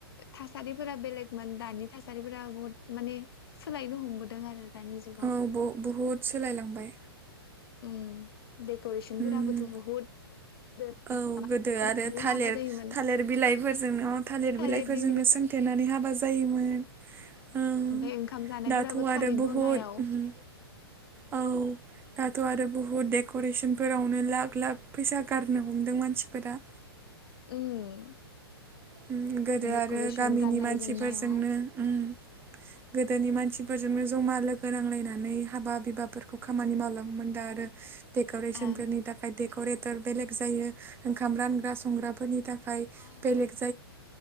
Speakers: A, on the left; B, on the right.
A: थासारिफोरा बेलेगमोन दानि थासारिफोरा बहुद माने सोलायनो हमबोदों आरो दानि जुगाव
B: औ बबुहुद सोलायलांबाय
A: उम देक'रेसनफोराबोथ'
B: उम
A: बहुत <unintelligible>
B: औ गोदो आरो थालिर
A: हाबा जायोमोन
B: थालिर बिलाइफोरजोंनो थालिर
A: थालिरनि
B: बिलाइफोरजोंनो सोंथेनानै हाबा जायोमोन ओं
A: ओमफाय ओंखाम जानायफोराबो
B: दाथ' आरो
A: थालिर
B: बहुद
A: दनायाव
B: उम औ दाथ' आरो बुहुत देक'रेसन फोरावनो लाख लाख फैसा गारनो हमदों मानसिफोरा
A: उम
B: उम गोदो
A: डेक'रेसन
B: आरो गामिनि
A: गाननाय
B: मानसिफोरजोंनो
A: जोमनायाव
B: उम गोदोनि मानसिफोरजोंनो जमा लोगो नांलायनानै हाबा बिबाफोरखौ खामानि मावलाङोमोन दा आरो देक'रेसन
A: ओ
B: फोरनि थाखाय देक'रेटर बेलेग जायो ओंखाम रानग्रा संग्राफोरनि थाखाय बाय
A: बहुद
B: बेलेक